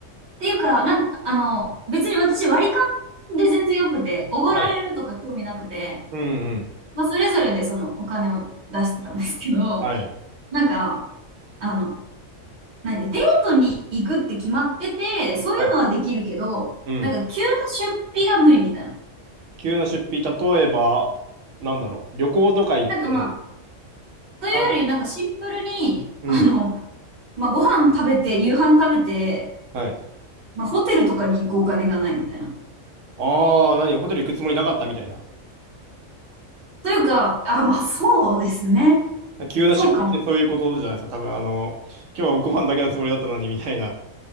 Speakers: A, on the right; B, on the right.
A: ていうか、なん、あの、別に私割り勘で全然よくて、おごられるとか興味なくて、
B: はい。うんうん。
A: まあ、それぞれでそのお金を出してたんですけど、
B: はい。
A: なんか、あの、何、デートに行くって決まってて、そういうのはできるけど、
B: はい。うん。
A: なんか急な出費が無理みたいな。
B: 急な出費、例えば、なんだろう。旅行とか行って、
A: なんかまあ、というより、
B: あ、
A: なんかシンプルに、
B: うん。
A: あの、まあ、ご飯食べて、夕飯食べて、
B: はい。
A: まあ、ホテルとかに行くお金がないみたいな。
B: ああ、何、ホテル行くつもりなかったみたいな。
A: というか、あ、まあそうですね。
B: 急な出費ってそういうことじゃないですか。
A: そうかも。
B: 多分、あの、今日はご飯だけのつもりだったのに、みたいな。